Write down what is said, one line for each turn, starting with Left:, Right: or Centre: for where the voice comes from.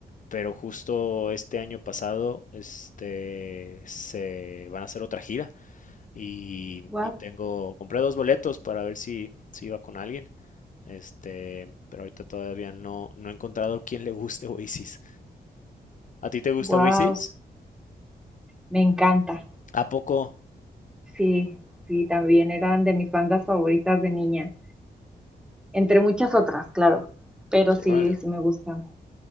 Left: pero justo este año pasado, este, se van a hacer otra gira y,
Centre: Wow,
Left: y tengo, compré dos boletos para ver si, si iba con alguien, este, pero ahorita todavía no, no he encontrado quién le guste <laughs> Oasis. ¿A ti te gusta
Centre: wow,
Left: Oasis?
Centre: me encanta.
Left: ¿A poco?
Centre: Sí, sí, también eran de mis bandas favoritas de niña. entre muchas otras, claro, pero sí,
Left: Órale.
Centre: sí me gusta.